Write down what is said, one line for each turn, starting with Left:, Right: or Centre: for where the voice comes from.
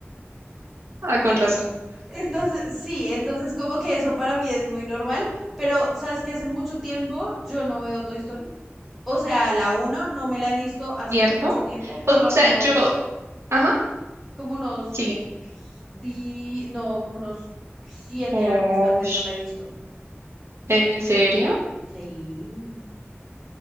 Right: ah, con razón,
Centre: Entonces, sí, entonces como que eso para mí es muy normal, pero sabes que hace mucho tiempo yo no veo Toy Story. O sea, la uno no me la he visto hace
Right: ¿cierto?
Centre: mucho tiempo, por
Right: O
Centre: lo menos
Right: sea, yo, ajá,
Centre: como unos
Right: sigue.
Centre: di, no, como unos siete
Right: Oh,
Centre: años tal vez no la he visto.
Right: ¿en serio?
Centre: Sí.